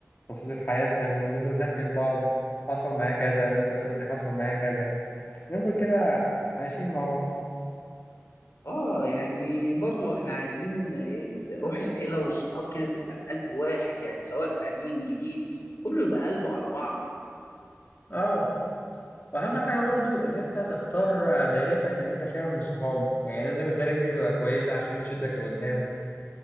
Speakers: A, on the left; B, on the left.
A: تفاصيل حياتنا ونفضل نحكي لبعض حصل معايا كذا وانت تقول لي حصل معايا كذا نفضل كده عايشين مع بعض
B: اه يعني برضو احنا عايزين ال- روح العيلة والصحاب كده تبقى بقلب واحد يعني سواء قديم جديد كله يبقى قلبه على بعض
A: اه واهم حاجة برضو ان انت تختار دايرتك اللي انت فيها من صحاب يعني لازم الدايرة دي تبقى كويسة عشان تشدك لقدام